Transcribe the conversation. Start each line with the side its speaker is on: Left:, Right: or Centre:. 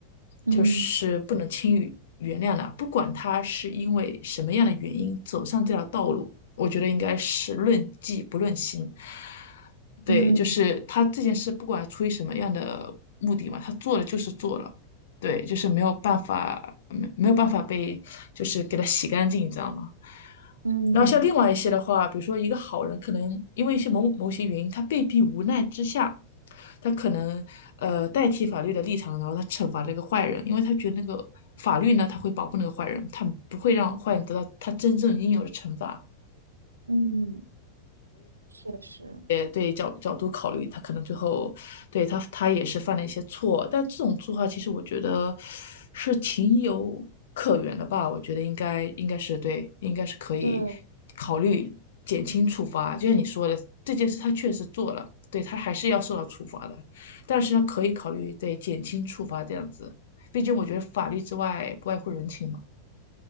Right: 嗯
Left: 就是不能轻易原谅的。不管他是因为什么样的原因走上这条道路，我觉得应该是论迹不论心。对，
Right: 嗯
Left: 就是他这件事，不管出于什么样的目的嘛，他做了就是做了，对，就是没有办法，没没有办法被，就是给他洗干净，你知道吗？
Right: 嗯
Left: 然后像另外一些的话，比如说一个好人，可能因为一些某某些原因，他被逼无奈之下，他可能呃代替法律的立场，然后他惩罚那个坏人，因为他觉得那个法律呢，他会保护那个坏人，他不会让坏人得到他真正应有的惩罚。
Right: 嗯，确实。
Left: 也对角角度考虑，他可能最后对他他也是犯了一些错，但这种做法其实我觉得是情有可原的吧，我觉得应该应该是对，应该是可以
Right: 对，
Left: 考虑减轻处罚。就像你说的，这件事他确实做了，对他还是要受到处罚的，但是呢，可以考虑对减轻处罚这样子，毕竟我觉得法律之外不外乎人情嘛。